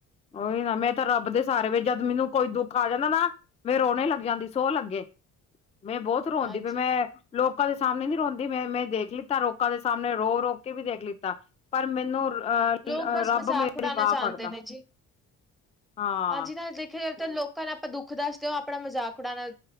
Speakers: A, on the left (about 15°); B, in the centre.
A: ਉਓਹੀ ਨਾ ਮੈਂ ਤਾਂ ਰੱਬ ਦੇ ਸਾਰੇ ਵਜ ਜਦ ਮੈਨੂੰ ਕੋਈ ਦੁੱਖ ਆ ਜਾਂਦਾ ਨਾ ਮੈਂ ਰੋਣੇ ਲੱਗ ਜਾਂਦੀ ਸੋਹ ਲੱਗੇ ਮੈਂ ਬਹੁਤ ਰੋਦੀ
B: ਹਾਂਜੀ
A: ਪ ਮੈਂ ਲੋਕਾਂ ਦੇ ਸਾਹਮਣੇ ਨੀ ਰੋਂਦੀ ਮੈਂ ਮੈਂ ਦੇਖ ਲਿੱਤਾ ਲੋਕਾਂ ਦੇ ਸਾਹਮਣੇ ਰੋ ਰੋ ਕੇ ਵੀ ਦੇਖ ਲਿੱਤਾ ਪਰ ਮੈਨੂੰ ਅਹ
B: ਲੋਕ ਬਸ
A: ਰੱਬ
B: ਮਜ਼ਾਕ
A: ਮੇਰੀ
B: ਉਡਾਣਾ
A: ਬਾਂਹ
B: ਚਾਹੁੰਦੇ
A: ਫੜਦਾ
B: ਨੇ ਜੀ
A: ਹਾਂ
B: ਹਾਂਜੀ ਨਾਲ ਦੇਖਿਆ ਜਾਵੇ ਤਾਂ ਲੋਕਾਂ ਨੇ ਆਪਾਂ ਦੁੱਖ ਦੱਸਦੇ ਹੋ ਆਪਣਾ ਮਜ਼ਾਕ ਉਡਾਉਣਾ